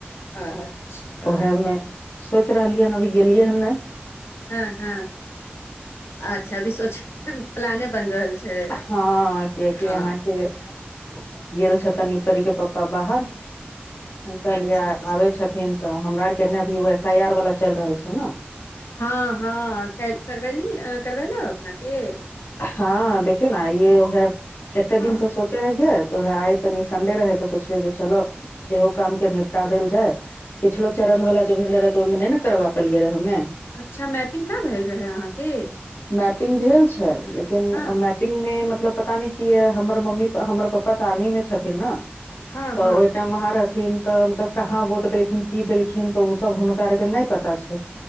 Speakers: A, on the left; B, on the left.
A: अच्छा
B: उहा मे सोच रहलियै हन अभी गेलियै हन ने
A: ह ह अच्छा अभी सोच प्लाने बन रहल। छै
B: ह कियाकि
A: हँ
B: अहाँकेँ। गेल छथिन इ परी के पप्पा बाहर कहलियए
A: अच्छा अच्छा
B: आबे छथिन। तऽ हमरा आरके नबयुग अभी ओ एस आई आर वाला चलि रहल छै न।
A: ह ह करवली करबैल अपना के।
B: ह देखियौ ने आई ओह एते
A: हँ
B: दिनसँ। तोराह आइ तनी सडे रहै तो सोचले जे चलो। इहो काम के निपटा देल जाय पिछलो चरण
A: हँ
B: वाला जे भेले रहे तऽ ओहिमे नहि ने करबा पेलिय रहे हमे।
A: अच्छा मैपिंग नहि भेल रहै अहाँकेँ।
B: मैपिंग भेल छै लेकिन
A: हँ
B: अ मैपिंग मे पता नै अऽ मतलब पता नहि किया यै हमर मम्मी हमर पापा तऽ आर्मी मे छथिन ने। त
A: हँ हँ
B: ओहि टाइम वहाँ रहथिन। तऽ मतलब कहाँ वोट देलखिन कि देलखिन तऽ ओ सभ हुनकाआर के नहि पता छैन।